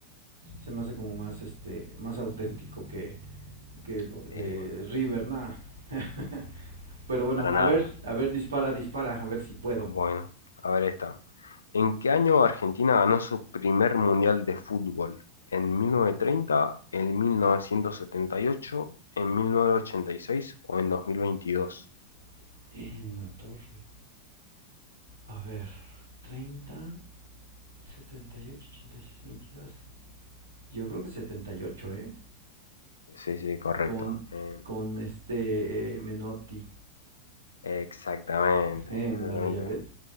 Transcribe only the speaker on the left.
sí,
para
nada.
Bueno, a ver esta. ¿En qué año Argentina ganó su primer mundial de fútbol? ¿En 1930, en 1978, en 1986 o en 2022?
Sí, sí, correcto.
Eh,
exactamente,
exactamente.